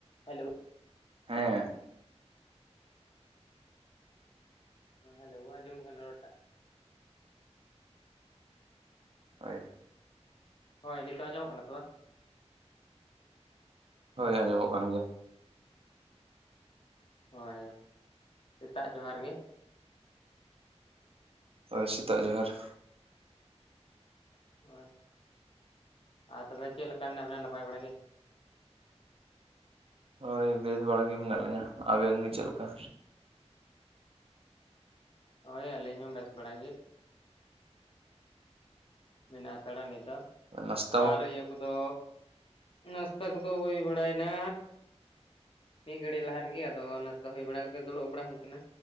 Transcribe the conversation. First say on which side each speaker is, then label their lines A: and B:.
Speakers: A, on the left; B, on the right.
A: Hello
B: ᱦᱮᱸ
A: ᱮᱸ hello ᱟᱸᱡᱚᱢᱚᱜ ᱠᱟᱱᱟ ᱨᱚᱨᱴᱟᱜ?
B: ᱦᱳᱭ
A: ᱦᱳᱭ ᱱᱤᱛᱚᱜ ᱟᱸᱚᱢᱚᱜ ᱠᱟᱱᱟ ᱛᱚ ᱵᱟᱝ?
B: ᱦᱳᱭ ᱟᱸᱡᱚᱢᱚᱜ ᱠᱟᱱ ᱜᱮᱭᱟ᱾
A: ᱦᱳᱭ ᱮᱴᱟᱜ ᱡᱚᱦᱟᱨ ᱜᱮ᱾
B: ᱦᱳᱭ ᱥᱮᱛᱟᱜ ᱡᱚᱦᱟᱨ᱾
A: ᱦᱳᱭ ᱟᱨ ᱛᱚᱵᱮ ᱪᱮᱫ ᱞᱮᱠᱟ ᱢᱮᱱᱟᱜ ᱵᱮᱱᱟ ᱱᱟᱯᱟᱭ ᱵᱟᱲᱟ ᱜᱮ?
B: ᱦᱳᱭ ᱵᱮᱥ ᱵᱟᱲᱟ ᱜᱮ ᱢᱮᱱᱟᱜ ᱞᱤᱧᱟᱹ᱾ ᱟᱵᱮᱱ ᱜᱮ ᱪᱮᱫ ᱞᱮᱠᱟ?
A: ᱦᱳᱭ ᱟᱹᱞᱤᱧ ᱦᱚᱸ ᱵᱮᱥ ᱵᱟᱲᱟ ᱜᱮ᱾ ᱢᱮᱱᱟᱜᱼᱟ ᱦᱟᱛᱟᱲᱟ ᱱᱤᱛ ᱫᱚ
B: ᱱᱟᱥᱛᱟ
A: ᱟᱨ ᱤᱭᱟᱹ ᱠᱚᱫᱚ ᱱᱟᱥᱛᱟ ᱠᱚᱫᱚ ᱦᱩᱭ ᱵᱟᱲᱟᱭᱮᱱᱟ? ᱢᱤᱫ ᱜᱷᱟᱹᱲᱤᱠ ᱝᱞᱟᱦᱟ ᱨᱮᱜᱮ ᱟᱫᱚ ᱱᱟᱥᱛᱟ ᱦᱩᱭ ᱵᱟᱲᱟ ᱠᱟᱛᱮ ᱫᱩᱲᱩᱵ ᱵᱟᱲᱟ ᱦᱩᱭ ᱟᱠᱟᱱᱟ᱾